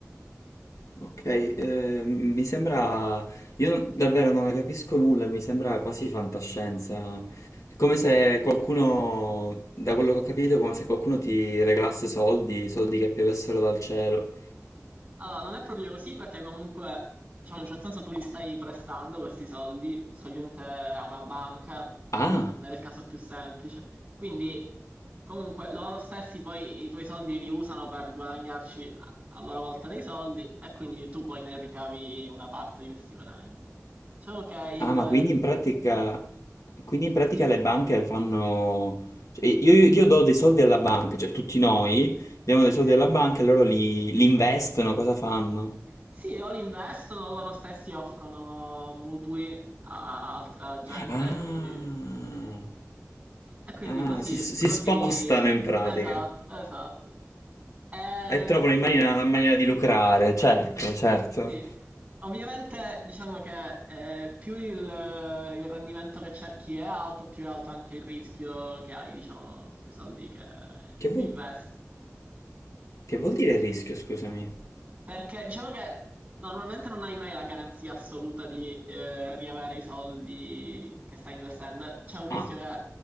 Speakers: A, on the left; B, on the right.
A: Ok, eh, mi sembra, io non- davvero non ne capisco nulla, mi sembra quasi fantascienza. È come se qualcuno, da quello che ho capito, è come se qualcuno ti regalasse soldi, soldi che piovessero dal cielo.
B: Allora, non è proprio così perché comunque, diciamo, in un certo senso tu li stai prestando questi soldi, solitamente a una banca,
A: Ah,
B: nel, nel caso più semplice. Quindi, comunque, loro stessi poi i tuoi soldi li usano per guadagnarci a a loro volta dei soldi e quindi tu poi ne ricavi una parte di questi guadagni. Diciamo che il...
A: ah, ma quindi in pratica, quindi in pratica
B: Dimmi,
A: le banche fanno, cioè, io, io do dei soldi alla banca, cioè tutti noi diamo dei soldi
B: sì.
A: alla banca e loro li, li investono, cosa fanno?
B: Sì, o li investono, o loro stessi offrono mutui a altra gente
A: Ah.
B: e quindi... E quindi
A: Ah,
B: così,
A: si, si
B: così,
A: spostano in pratica
B: esatto, esatto. Eh,
A: e trovano in maniera, una maniera di lucrare, certo, certo.
B: sì, ovviamente diciamo che eh, più il, il rendimento che cerchi è alto, più è alto anche il rischio che hai, diciamo, sui soldi che,
A: Che
B: che
A: vuol,
B: investi.
A: che vuol dire rischio, scusami?
B: Perché diciamo che normalmente non hai mai la garanzia assoluta di eh, riavere i soldi che stai investendo. C'è un rischio
A: Ah,
B: che